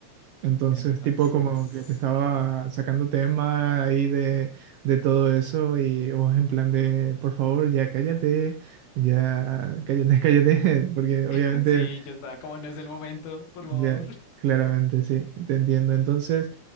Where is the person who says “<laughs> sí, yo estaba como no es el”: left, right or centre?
Left